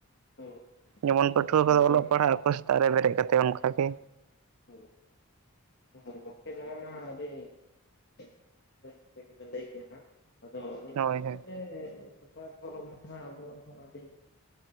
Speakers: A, on the left; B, on the right.
A: ᱦᱳᱭ
B: ᱡᱮᱢᱚᱱ ᱯᱟᱹᱴᱷᱩᱣᱟᱹ
A: ᱚᱱᱠᱟ
B: ᱠᱚᱫᱚ
A: ᱜᱮ
B: ᱚᱞᱚᱜ ᱯᱟᱲᱦᱟᱜ ᱟᱠᱚ ᱥᱮᱛᱟᱜ ᱨᱮ ᱵᱮᱨᱮᱫ ᱠᱟᱛᱮ ᱚᱱᱠᱟᱜ ᱜᱮ
A: ᱦᱮᱸ ᱜᱚᱝᱠᱮ ᱱᱳᱭᱟᱢᱟ ᱟᱰᱤ <inaudible> ᱞᱟᱹᱭᱠᱮ-ᱟ ᱦᱟᱸ ᱟᱫᱚ ᱤᱱᱠᱟ
B: ᱦᱳᱭ
A: ᱠᱟᱛᱮ
B: ᱦᱳᱭ
A: <inaudible> ᱟᱵᱚ ᱦᱚᱸ ᱟᱹᱰᱤ